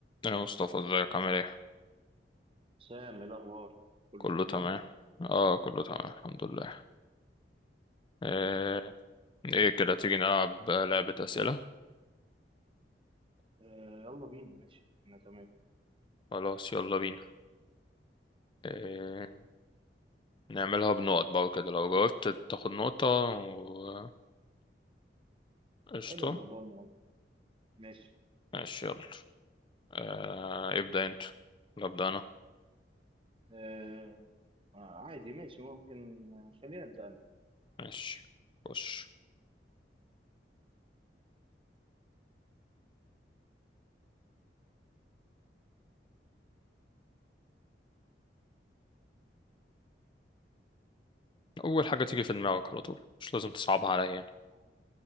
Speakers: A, on the left (about 30°); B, on the right (about 30°).
A: يا مصطفى ازيك عامل ايه
B: سام ايه الاخبار كله
A: كله
B: في تمام
A: تمام اه كله تمام الحمد لله ايه, ايه كده تيجي نلعب لعبة أسئلة
B: آه يلا بينا ماشي انا تمام
A: خلاص يلا بينا إيه نعملها بنقط بقى وكده لو جاوبت تاخد نقطة و- قشطة
B: حلو موضوع المواد ماشي
A: ماشي يلا آه ابدأ انت ولا أبدأ أنا
B: آه آه، عادي ماشي ممكن آه، خلينا نبدا انا
A: ماشي خش أول حاجة تيجي في دماغك على طول مش لازم تصعبها عليا يعني
B: آه